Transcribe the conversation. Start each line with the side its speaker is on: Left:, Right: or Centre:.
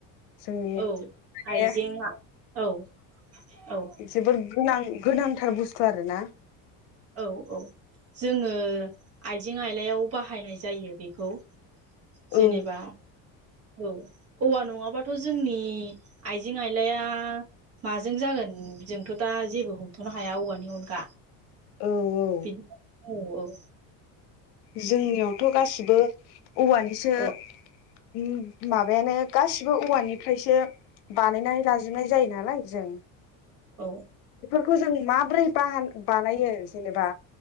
Left: जोंनि
Right: औ आइजेंआ
Left: बे
Right: औ औ
Left: जबोर गोनां गोनांथार बुस्थु आरोना
Right: औ औ जोङो आइजें आइलायाव बाहायनाय जायो बेखौ जेनेबा
Left: औ
Right: औ औवा नङाबाथ' जोंनि आइजें आइलाया माजों जागोन जोंथ' दा जेबो हमथ'नो हाया औवानि अनगा
Left: औ औ
Right: बिदिनो औ औ
Left: जोंनियावथ' गासिबो औवानिसो
Right: औ
Left: ओम माबायानो गासि बो औवानिफ्रायसो बानायनानै लाजोबनाय जायो नालाय जों
Right: औ
Left: बेखौ जों माब्रै बाहा बानायो जेनेबा